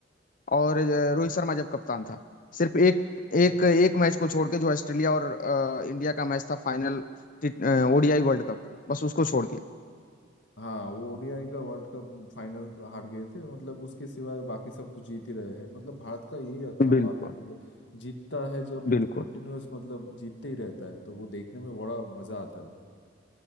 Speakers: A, on the left; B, on the left.
A: और अ, रोहित शर्मा जब कप्तान था सिर्फ एक एक एक मैच को छोड़ के जो ऑस्ट्रेलिया और अ, इंडिया का मैच था final ओडीआई world cup बस उसको छोड़ के
B: हाँ वो ओडीआई का वर्ल्ड कप फाइनल तो हार गए थे मतलब उसके सिवाय बाकी सब तो जीत ही रहे हैं मतलब भारत का यही अच्छा
A: बिल्कुल
B: बात है मतलब जीतता है जब
A: बिल्कुल
B: कंटिन्यूअस मतलब जीतते ही रहता है तो वो देखने में बड़ा मजा आता है